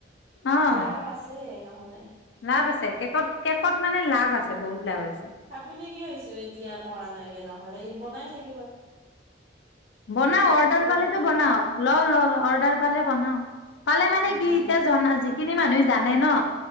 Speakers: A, on the left; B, on the right.
A: অ
B: লাভ আছে নহ'লে
A: লাভ আছে কেকত কেকত মানে লাভ আছে বহুত লাভ আছে
B: আপুনি কি হৈছে এতিয়া কৰা নাইকে নহলে বনাই থাকি
A: বনাও
B: লৈ
A: অৰ্ডাৰ
B: থাকিব
A: পালেতো
B: লাগে
A: বনাও ল ল অৰ্ডাৰ পালে বনাও পালে মানে
B: বনাই
A: কি এতিয়া জ যিখিনি মানুহ জানে ন